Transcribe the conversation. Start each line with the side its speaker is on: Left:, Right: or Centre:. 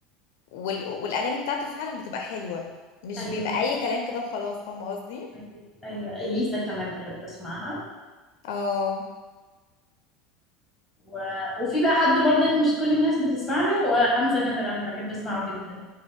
Left: وال... والاغاني بتاعته فعلا بتبقى حلوة مش
Centre: ايوه
Left: بيبقى اي كلام كده وخلاص فاهمة قصدي
Centre: ايوه ايوه اليسا كمان بحب اسمعها
Left: اه
Centre: و... وفي بقى حد برضك مش كل الناس بتسمع له آه، حمزة نمر أنا بحب أسمعه جدا